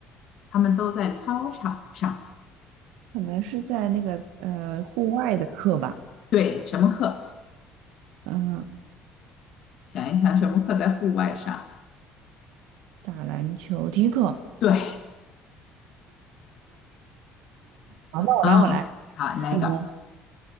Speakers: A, on the left; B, on the right.
A: 他们都在操场上。
B: 可能是在那个呃户外的课吧，
A: 对，什么课？
B: 嗯，
A: 想一想，什么课在户外上？
B: 打篮球体育课。
A: 对，
B: 好，那我来，
A: 嗯，
B: 我来。
A: 好，那个
B: 嗯，